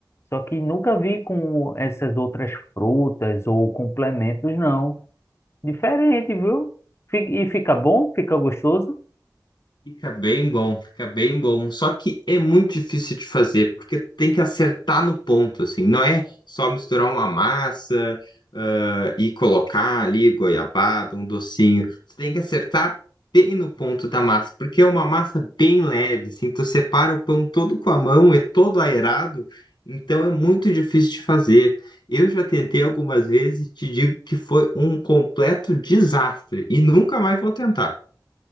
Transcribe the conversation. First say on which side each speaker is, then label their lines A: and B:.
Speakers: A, on the left (about 35°); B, on the left (about 65°).
A: Só que nunca vi com essas outras frutas ou complementos, não. Diferente, viu? Fi- E fica bom? Fica gostoso?
B: Fica bem bom, fica bem bom. Só que é muito difícil de fazer, porque tem que acertar no ponto, assim. Não é só misturar uma massa, ah, e colocar ali goiabada, um docinho. Você tem que acertar bem no ponto da massa, porque é uma massa bem leve, assim. Tu separa o pão todo com a mão, é todo aerado, então é muito difícil de fazer. Eu já tentei algumas vezes e te digo que foi um completo desastre, e nunca mais vou tentar.